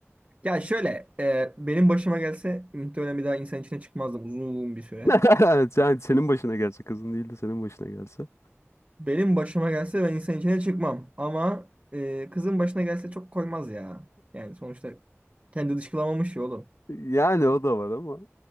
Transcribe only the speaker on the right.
Ya şöyle. e, benim başıma gelse muhtemelen bir daha insan içine çıkmazdım uzun bir süre.
Benim başıma gelse ben insan içine çıkmam. Ama e, kızın başına gelse çok koymaz ya. Yani sonuçta kendi dışkılamamış ya oğlum.